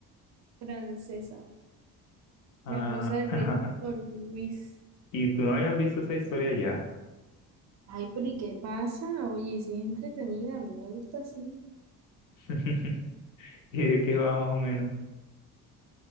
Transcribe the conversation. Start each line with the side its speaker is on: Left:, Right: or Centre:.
Right: francesa,
Left: Ah,
Right: la esposa del
Left: <laughs>
Right: rey del sol, de Luis.
Left: y tú no habías visto esa historia ya.
Right: Ay, pero ¿y qué pasa? Oye, sí es entretenida, a mí me gusta así.
Left: <laughs> ¿Y de qué va más o menos?